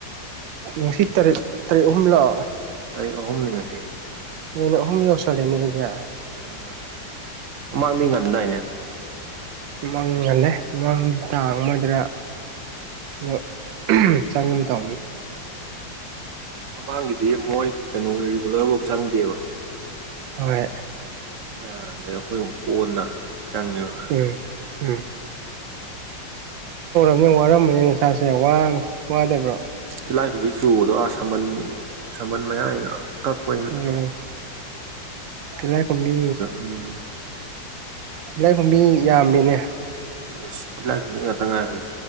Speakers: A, on the right; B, on the right.
A: ꯎ ꯁꯤꯠ ꯇꯔꯦꯛ ꯇꯔꯦ ꯍꯨꯝꯂ
B: ꯇꯥꯔꯤꯛ ꯑꯍꯨꯝꯅꯤ ꯉ ꯑꯁꯤ
A: ꯃꯅꯍꯨꯝ ꯌꯧꯁꯂꯅꯦ ꯍꯥꯏ
B: ꯎꯝ ꯃꯃꯥꯡꯗꯤ ꯉꯟꯗꯥꯏꯅꯦ
A: ꯃꯪꯍꯜꯂꯦ ꯃꯪꯗꯤ ꯇꯥꯡ ꯑꯃꯗꯨꯅ ꯑ ꯆꯥꯡꯒ ꯊ
B: ꯃꯃꯥꯡꯒꯤꯗꯤ ꯃꯣꯏ ꯀꯩꯅꯣ ꯔꯤꯒꯨꯂꯔꯐꯧ ꯆꯪꯗꯦꯕ
A: ꯍꯣꯏ
B: ꯈꯣꯏ ꯍ ꯑꯩꯈꯣꯏ ꯑꯃꯨꯛ ꯀꯣꯟꯅ ꯆꯪꯉꯤꯕ
A: ꯎꯝ ꯎꯝ ꯅꯅ ꯋꯥꯔꯝꯕꯅꯤ ꯅꯁꯥꯁꯦ ꯋꯥꯗꯕ꯭ꯔꯣ
B: ꯇꯤꯂꯥꯏ ꯈꯨꯝꯕꯤ ꯆꯨꯕꯗꯣ ꯑꯥ ꯁꯝꯕꯟ ꯁꯝꯕꯜ ꯃꯌꯥꯁꯤꯅ ꯀꯛꯄꯅ
A: ꯎꯝ ꯇꯤꯂꯥꯏꯈꯨꯝꯕꯤ
B: ꯎꯝ
A: ꯇꯤꯂꯥꯏꯈꯨꯝꯕꯤ ꯌꯥꯝꯃꯤꯅꯦ
B: ꯑꯇꯤ ꯂꯥꯏꯈꯨꯝ ꯃꯤ ꯉꯥꯛꯇ ꯉꯥꯏꯔꯣꯏꯁꯦ